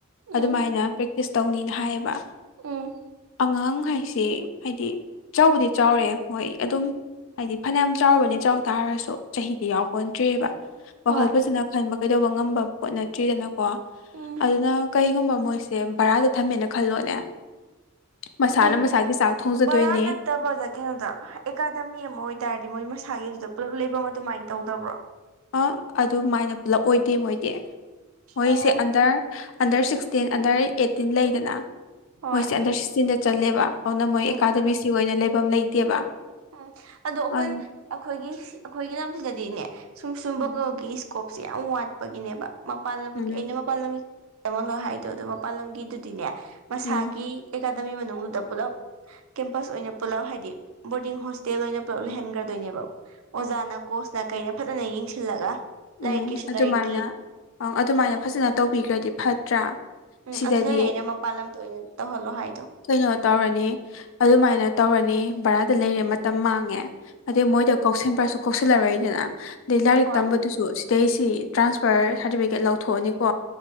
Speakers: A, on the left; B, on the right.
A: ꯑꯗꯨꯃꯥꯏꯅ
B: ꯎꯝ
A: ꯄ꯭ꯔꯦꯛꯇꯤꯁ ꯇꯧꯅꯤꯅ ꯍꯥꯏꯌꯦꯕ
B: ꯎꯝ
A: ꯑꯉꯥꯡ ꯍꯥꯏ ꯁꯦ ꯍꯥꯏꯗꯤ ꯆꯥꯎꯕꯗꯤ ꯆꯥꯎꯔꯦ ꯃꯣꯏ ꯑꯗꯨꯝ ꯍꯥꯏꯗꯤ ꯐꯅꯌꯥꯝ ꯆꯥꯎꯨꯔꯕꯅꯤ ꯆꯥꯎ ꯇꯥꯔꯁꯨ ꯆꯍꯤꯗꯤ ꯌꯥꯎꯕ ꯄꯣꯟꯇꯔꯦꯕ ꯋꯥꯈꯜ
B: ꯍꯣꯏ
A: ꯐꯖꯅ ꯈꯟꯕ ꯀꯩꯗꯧꯕ ꯉꯝꯕ ꯄꯣꯠ ꯅꯠꯇ꯭ꯔꯤꯗꯅꯀꯣ
B: ꯎꯝ
A: ꯑꯗꯨꯅ ꯀꯩꯒꯨꯝꯕ ꯃꯣꯏꯁꯦ ꯕꯔꯥꯗ ꯊꯝꯃꯦꯅ ꯈꯜꯂꯣꯅꯦ ꯃꯁꯥꯅ
B: ꯑꯦ
A: ꯃꯁꯥꯒꯤ ꯆꯥꯛ ꯊꯣꯡꯖꯗꯣꯏꯅꯦ
B: ꯕꯔꯥ ꯅꯠꯇꯕꯗ ꯀꯩꯅꯣꯗ ꯑꯦꯀꯥꯗꯃꯤ ꯑꯃ ꯑꯣꯏꯇꯥꯔꯗꯤ ꯃꯣꯏ ꯃꯁꯥꯒꯤ ꯑꯗꯨꯗ ꯄꯨꯂꯞ ꯂꯩꯕꯝ ꯑꯗꯨꯃꯥꯏꯅ ꯇꯧꯗꯕ꯭ꯔꯣ
A: ꯑ ꯑꯗꯨꯃꯥꯏꯅ ꯄꯨꯂꯞ ꯑꯣꯏꯗꯦ ꯃꯣꯏꯗꯤ ꯃꯣꯏꯁꯦ
B: ꯑꯣ
A: under under sixteen under eighteen ꯂꯩꯗꯅ
B: ꯍꯣꯏ
A: ꯃꯣꯏꯁꯦ ꯑꯟꯗꯔ ꯁꯤꯛꯁꯇꯤꯟꯗ ꯆꯜꯂꯦꯕ ꯑꯗꯨꯅ ꯃꯣꯏ
B: ꯎꯝ
A: ꯑꯦꯀꯥꯗꯃꯤꯁꯤ ꯑꯣꯏꯅ ꯂꯩꯐꯝ ꯂꯩꯇꯦꯕ
B: ꯎꯝ ꯑꯗꯣ ꯑꯩꯈꯣꯏ
A: ꯑ
B: ꯑꯩꯈꯣꯏꯒꯤ ꯑꯩꯈꯣꯏꯒꯤ ꯂꯝꯁꯤꯗꯗꯤꯅꯦ ꯁꯨꯝ ꯁꯨꯝꯕꯒꯤ
A: ꯎꯝ
B: ꯀꯣꯞꯁꯦ ꯌꯥꯝ ꯋꯥꯠꯄꯒꯤꯅꯦꯕ ꯃꯄꯥꯜ ꯂꯝꯒꯤ
A: ꯎꯝ
B: ꯑꯩꯅ ꯃꯄꯥꯜ ꯂꯝꯒꯤ ꯇꯝꯃꯜꯂꯣ ꯍꯥꯏꯗꯣ ꯑꯗꯣ ꯃꯄꯥꯜ ꯂꯝꯒꯤꯗꯨꯗꯤꯅꯦ ꯃꯁꯥꯒꯤ
A: ꯎꯝ
B: ꯑꯦꯀꯥꯗꯃꯤ ꯃꯅꯨꯡꯗꯨꯗ ꯄꯨꯜꯂꯞ ꯀꯦꯝꯄꯁ ꯑꯣꯏꯅ ꯄꯨꯂꯞ ꯍꯥꯏꯗꯤ ꯕꯣꯔꯗꯤꯡ ꯍꯣꯁꯇꯦꯜ ꯑꯣꯏꯅ ꯄꯨꯂꯞ ꯂꯩꯍꯟꯈ꯭ꯔꯗꯣꯏꯅꯦꯕ ꯑꯣꯖꯥꯅ ꯀꯣꯁꯅ ꯀꯩꯅ ꯐꯖꯅ ꯌꯦꯡꯁꯤꯜꯂꯒ ꯂꯥꯏꯔꯤꯛꯀꯤꯁꯨ
A: ꯎꯝ ꯑꯗꯨꯃꯥꯏꯅ
B: ꯂꯥꯏꯔꯤꯛꯀꯤ
A: ꯑꯪ ꯑꯗꯨꯃꯥꯏꯅ ꯐꯖꯅ ꯇꯧꯕꯤꯈ꯭ꯔꯗꯤ ꯐꯠꯇ꯭ꯔ
B: ꯎꯝ
A: ꯁꯤꯗꯗꯤ
B: ꯑꯗꯨꯅꯅꯦ ꯑꯩꯅ ꯃꯄꯥꯟ ꯂꯝꯗ ꯑꯣꯏꯅ ꯇꯧꯍꯜꯂꯣ ꯍꯥꯏꯗꯣ
A: ꯀꯩꯅꯣ ꯇꯧꯔꯅꯤ ꯑꯗꯨꯃꯥꯏꯅ ꯇꯧꯔꯅꯤ ꯕꯔꯥꯗ ꯂꯩꯔꯦ ꯃꯇꯝ ꯃꯥꯡꯉꯦ ꯑꯗꯩ ꯃꯣꯏꯗ ꯀꯧꯁꯟꯕ꯭ꯔꯁꯨ ꯀꯧꯁꯤꯜꯂꯔꯣꯏꯗꯅ ꯑꯗꯩ ꯂꯥꯏꯔꯤꯛ
B: ꯍꯣꯏ
A: ꯇꯝꯕꯗꯨꯁꯨ ꯁꯤꯗꯩꯁꯤ ꯇ꯭ꯔꯥꯟꯁꯐꯔ ꯁꯥꯔꯇꯤꯐꯤꯀꯦꯠ ꯂꯧꯊꯣꯛꯑꯅꯤꯀꯣ